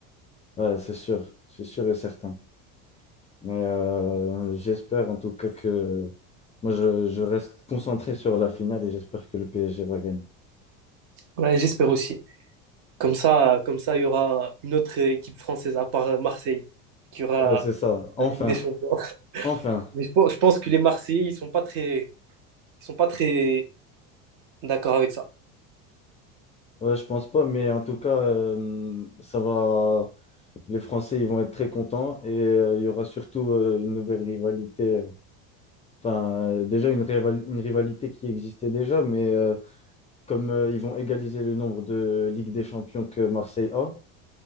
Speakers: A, on the left; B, on the right.
A: Ouais, c'est sûr, c'est sûr et certain. Mais euh, j'espère en tout cas que moi, je, je reste concentré sur la finale et j'espère que le PSG va gagner.
B: Ouais, j'espère aussi. Comme ça, comme ça, il y aura une autre équipe française à part euh, Marseille qui aura
A: Ouais, c'est ça.
B: la
A: Enfin,
B: Ligue des Champions. <laughs>
A: enfin.
B: Mais je pense, je pense que les Marseillais, ils sont pas très, ils sont pas très d'accord avec ça.
A: Ouais, je pense pas, mais en tout cas, euh, ça va. Les Français, ils vont être très contents et euh, il y aura surtout euh, une nouvelle rivalité. euh, Enfin, euh, déjà une, rival- une rivalité qui existait déjà, mais euh, comme euh, ils vont égaliser le nombre de Ligue des Champions que Marseille a,